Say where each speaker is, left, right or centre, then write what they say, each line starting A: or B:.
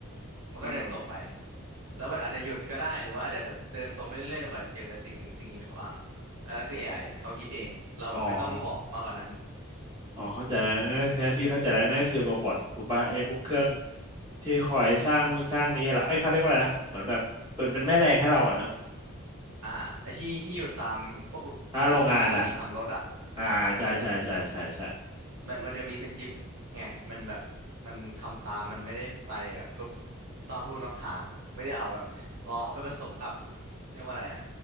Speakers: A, on the right; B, on the right.
A: มันก็เดินตรงไป
B: อืม
A: แล้วมันอาจจะหยุดก็ได้หรือว่าอาจจะแบบเดินตรงไปเรื่อยๆจนกว่าจะเจอสิ่งสิ่งกีดขวางอันนั้นคือ a อไอเขาคิดเองเราแบบไม่ต้องบอกมากกว่านั้น
B: อ๋อ อ๋อเข้าใจแล้วนั่นก็คือพี่เข้าใจแล้วนั่นก็คือโรบอทถูกป่ะไอ้พวกเครื่องที่คอยสร้างนู่นสร้างนี้ให้เราไอ้ยเขาเรียกว่าอะไรนะเหมือนแบบเป็นเป็นแม่แรงให้เราอ่ะเนอะ
A: อ่าไอ้ที่ที่อยู่ตามพวกไอ้ที่ที่ทำรถอ่ะ
B: อ่าโรงงานอ่ะอ่าใช่ใช่ใช่ใช่ใช่
A: เออ มันมันจะมีสคริปต์ไงมันแบบมันทำตามมันไม่ได้ไปแบบลุกนอกลู่นอกทางไม่ได้เอาแบบล้อไปผสมกับเรียกว่าอะไรอะ